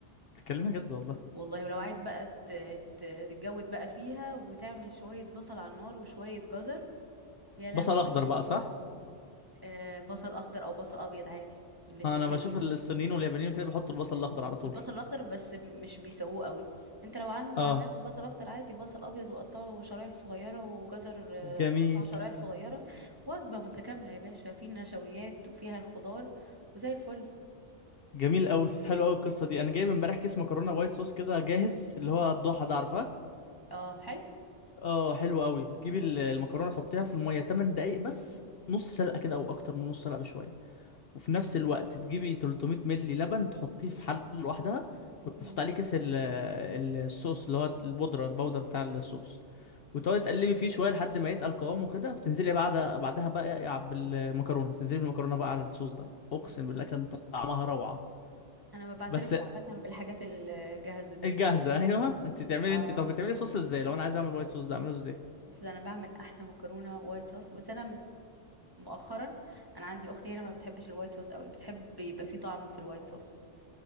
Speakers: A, on the left (about 60°); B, on the right (about 20°).
A: بتتكلمي جد والله
B: والله ولو عايز بقى ت- ت- تتجود بقى فيها وتعمل شوية بصل على النار وشوية جزر يا لهوي
A: بصل اخضر بقى صح
B: آه، بصل اخضر او بصل ابيض عادي الاتنين
A: انا
B: حلوين
A: بشوف الصينيين واليابانيين كده بيحطوا البصل الاخضر على طول
B: البصل الاخضر بس مش بيسووه قوي انت لو عن... ما
A: اه
B: عندكش بصل اخضر عادي بصل ابيض وقطعه شرايح صغيره وجزر آه،
A: جميل
B: قطعه شرايح صغيره وجبه متكامله يا باشا في نشويات وفيها الخضار وزي الفل
A: جميل قوي حلو قوي القصه دي انا جايب امبارح كيس مكرونه وايت صوص كده جاهز اللي هو الضحى ده عارفاه
B: اه حلو
A: اه حلو قوي بتجيبي ال- المكرونه تحطيها في الميه 8 دقايق بس نص سلقه كده او اكتر من نص سلقه بشويه وفي نفس الوقت تجيبي 300 ملي لبن تحطيه في حله لوحدها وتحط
B: مم.
A: عليه كيس ال- ال- الصوص اللي هو البودره البودر بتاع الصوص وتقعدي تقلبي فيه شويه لحد ما يتقل قوامه كده وتنزلي بعد بعدها بقى بالمكرونه تنزلي بالمكرونه بقى على الصوص ده اقسم
B: مم.
A: بالله كان طعمها روعه
B: انا ما بعترفش
A: بس
B: عامه بالحاجات الجاهزه ديت
A: الجاهزة ايوه انت تعملي
B: اه
A: انت طب بتعملي صوص ازاي لو انا عايز اعمل وايت صوص ده اعمله ازاي
B: بس انا بعمل احلى مكرونه وايت صوص بس انا مؤخرا انا عندي اختي هنا ما بتحبش الوايت صوص قوي بتحب يبقى فيه طعم في الوايت صوص